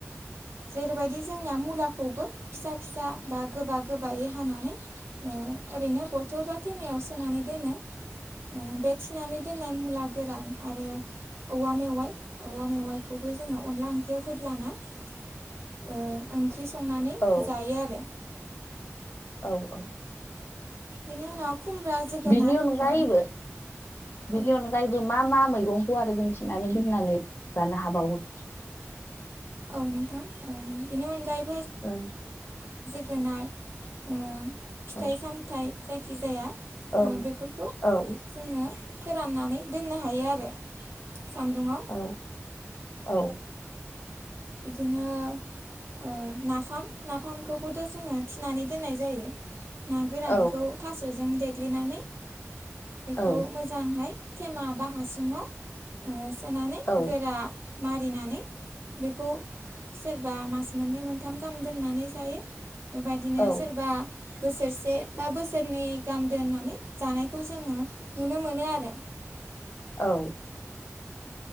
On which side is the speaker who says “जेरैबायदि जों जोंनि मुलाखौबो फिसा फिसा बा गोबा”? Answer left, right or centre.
Right